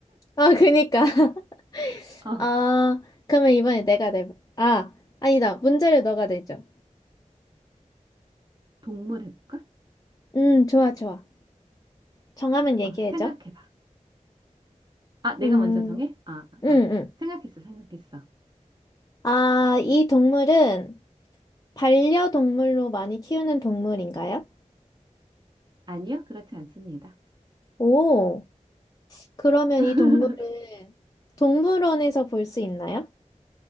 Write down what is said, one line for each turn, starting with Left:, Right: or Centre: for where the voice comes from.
Left: 아, 그니까. <laughs>
Right: <laughs> 어
Left: 아, 그러면 이번에 내가 내, 아, 아니다. 문제를 너가 내줘.
Right: 동물 해볼까?
Left: 음, 좋아, 좋아. 정하면 얘기해줘.
Right: 어 생각해봐 아 내가
Left: 음,
Right: 먼저 정해? 아
Left: 응, 응.
Right: 어, 어. 생각했어 생각했어
Left: 아, 이 동물은 반려동물로 많이 키우는 동물인가요?
Right: 아니요 그렇지 않습니다
Left: 오, 그러면
Right: <laughs>
Left: 이 동물은 동물원에서 볼 수 있나요?